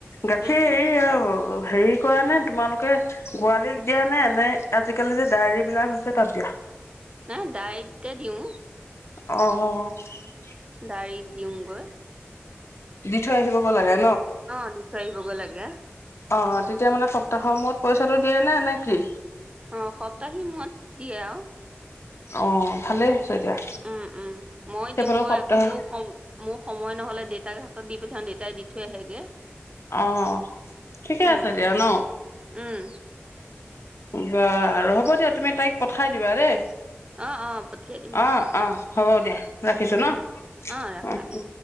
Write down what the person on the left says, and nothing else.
গাখীৰ
এইয়া হেৰি কৰা নে তোমালোকে গোৱালীক দিয়া নে নে আজিকালি যে ডায়েৰী বিলাক হৈছে তাত দিয়া
অঁ
দি থৈ আহিব গৈ লাগে
অঁ তেতিয়া মানে সপ্তাহৰ মূৰত পইচা সেটো দিয়ে না নে কি
অঁ ভালেই হৈছে দিয়া
সেইফালৰ
সপ্তাহ
অ ঠিকে
আছে দিয়া ন
বা হ'ব দিয়া তুমি তাইক খাই দিবা দেই
অ অ হ'ব দিয়া ৰাখিছো ন
অ
উ